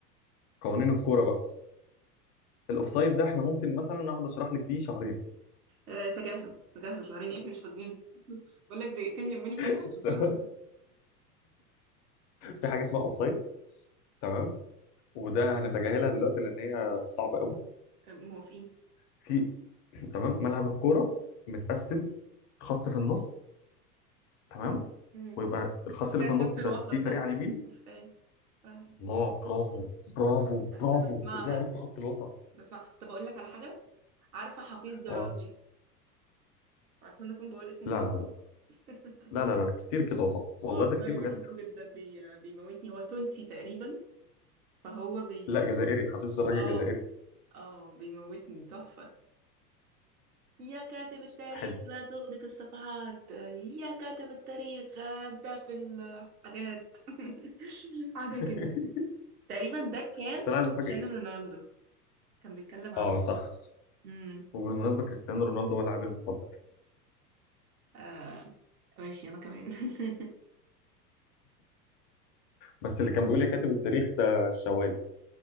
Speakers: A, on the left; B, on the right.
A: قوانين الكوره بقى الاوفسايد ده احنا ممكن مثلا اقعد اشرح لك فيه شهرين
B: آه، تجاهله تجاهله شهرين إيه، إحنا مش فاضيين <laughs> بقول لك دقيقتين لملي المنهج
A: <laughs>
B: بسرعة
A: في حاجه اسمها اوفسايد تمام وده هنتجاهلها دلوقتي لان هي صعبه قوي
B: آه، موافقين
A: في تمام ملعب الكوره متقسم خط في النص تمام
B: مم.
A: ويبقى الخط
B: عارفاه
A: اللي في
B: خط
A: النص
B: الوسط
A: ده فيه
B: ده
A: فريق على اليمين
B: عارفاه سهل
A: الله برافو برافو
B: عارفة
A: برافو
B: بسمعها
A: ازاي عرفت خط الوسط
B: بسمع طب أقول لك على حاجة عارفة حفيظ دراجي
A: اه
B: عارفة إن أنا أكون بقول اسمه
A: لا
B: صح
A: لا لا
B: <laughs>
A: لا لا لا كتير كده والله
B: والله
A: والله ده كتير
B: بحبه
A: بجد
B: جدا بي... بيموتني هو تونسي تقريبا فهو بي
A: لا جزائري حفظت الراجل
B: اه
A: جزائري
B: اه بيموتني تحفة يا كاتب التاريخ
A: حلو
B: لا تغلق الصفحات يا كاتب التاريخ هدى في الحاجات <laughs> حاجة
A: <laughs>
B: كده تقريبا ده كان
A: بس انا عايز
B: كريستيانو
A: افاجئك
B: رونالدو كان بيتكلم عنه
A: اه صح
B: امم
A: وبالمناسبه كريستيانو رونالدو هو لاعبي المفضل
B: آه. ماشي أنا كمان <laughs>
A: بس اللي كان بيقول لي كاتب التاريخ ده الشوالي